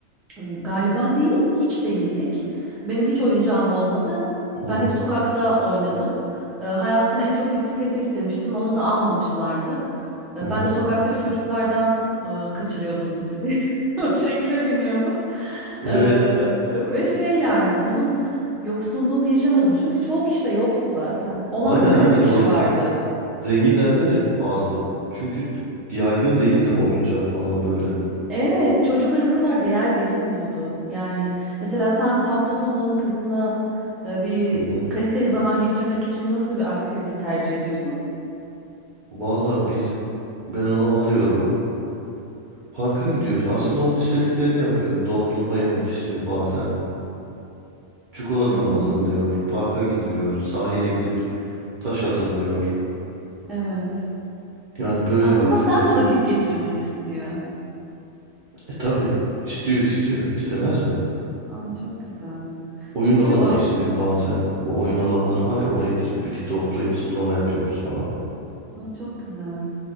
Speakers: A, in the centre; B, on the right (about 50°).
A: Galiba değil, hiç değildik. Benim hiç oyuncağım olmadı.
B: Hı
A: Ben
B: hı
A: hep sokakta oynadım. E, hayatımda en çok bisikleti istemiştim. Onu da almamışlardı. E,
B: hı
A: ben
B: hı.
A: de sokaktaki çocuklardan e, kaçırıyordum bisikleti. <laughs> O şekilde biniyordum.
B: <laughs>
A: E,
B: Evet.
A: ve şey yani bunun yoksunluğunu yaşamadım. Çünkü çoğu kişi de yoktu zaten. Olan
B: Aynen
A: birkaç
B: aynen
A: kişi
B: doğru.
A: vardı.
B: Zenginlerde de azdı. Çünkü yaygın değildi oyuncak falan böyle.
A: Evet, çocuklara bu kadar değer verilmiyordu. Yani mesela sen hafta sonu kızınla e, bir
B: Hı hı.
A: kaliteli zaman geçirmek için nasıl bir aktivite tercih ediyorsun?
B: Valla biz ben onu alıyorum. Parka gidiyoruz. Aslında onun istediklerini yapıyorum. Dondurma yemek istiyor bazen. Çikolata
A: Hmm,
B: alınıyor. Parka gidiliyor. Sahile gidip taş atılıyor.
A: evet.
B: Yani böyle
A: Aslında
B: aktiviteler.
A: senle vakit geçirmek istiyor.
B: E tabii istiyor istiyor. İstemez mi?
A: Aa, çok güzel.
B: Oyun
A: Çünkü
B: alanı
A: o
B: istiyor bazen. Bu oyun alanlar var ya oraya girip birlikte hoplayıp zıplama yapıyoruz falan.
A: Aa, çok güzel.